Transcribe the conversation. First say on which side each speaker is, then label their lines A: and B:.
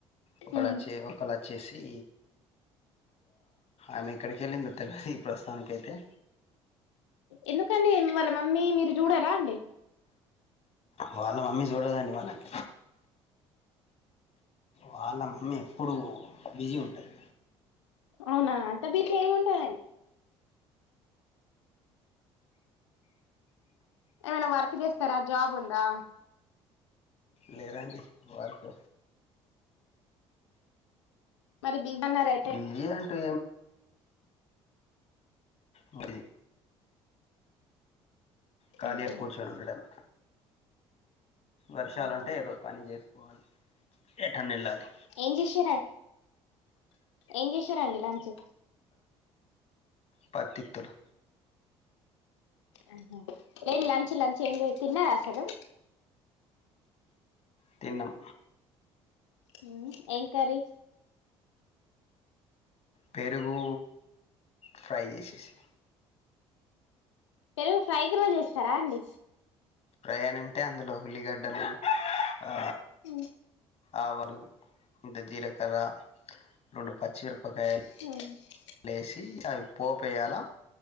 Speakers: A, on the left; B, on the left.
A: ఒకడ్
B: ఉమ్
A: అచ్చి ఒకల్ అచ్చేసీ ఆమె ఎక్కడికెళ్ళిందో తెల్వది ప్రస్తుతానికైతే
B: ఎందుకండి వాళ్ళ మమ్మీ మీరు చూడరా అండి.
A: వాళ్ళ మమ్మీ జూడదండి వాళ్ళన్ వాళ్ళ మమ్మీ ఎప్పుడూ బిజీ ఉంటది.
B: అవునా అంత బీసీ ఏముంటదన్ ఏమన్న వర్క్ చేస్తారా జాబ్ ఉందా?
A: లేరండి వర్క్
B: మరి బీసీ అన్నర్ అయితే
A: బిజీ అంటూ మది కాలీ
B: ఉహు
A: కూర్చుని ఉండడమే వర్షాలు
B: అవునా
A: ఉంటే ఏదో పని చేసుకోవాలి ఎటని వెళ్ళాలి.
B: ఏం చేసార ఏం చేసారాండి లంచ్?
A: పత్తిత్తులు
B: ఆ ఏం లంచ్ లంచ్ ఏమి తిన్నారా అసలు?
A: తిన్నం
B: హ ఏం కరీ?
A: పెరుగు, ఫ్రై చేసేసిన
B: పెరుగు ఫ్రైకి రోజ్ చేస్తారా అండి?
A: ప్రయాణ అంటే అందులో ఉల్లిగడ్డలు ఆ
B: ఉ
A: ఆవును ఇంత జీలకర్ర రెండు పచ్చిమిరపకాయలు
B: అవును
A: లేసి చాన్ పోపేయాల